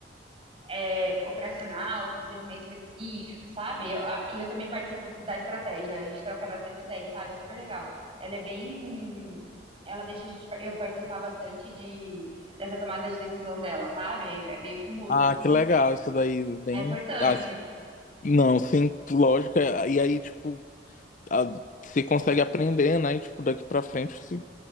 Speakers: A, on the right; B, on the left.
A: é, operacional, procedimento específico, sabe? E eu, a- e eu também participo da estratégia, a gente troca bastante ideia, sabe? É super legal. Ela é bem. Ela deixa a gente, par- eu participar bastante de, dessa tomada de decisão dela, sabe? É meio que mútuo,
B: Ah,
A: assim.
B: que legal, isso daí, bem...
A: É importante.
B: Ah, não, sim, lógico, é- e aí, tipo... a- Você consegue aprender, né? E, tipo, daqui pra frente, se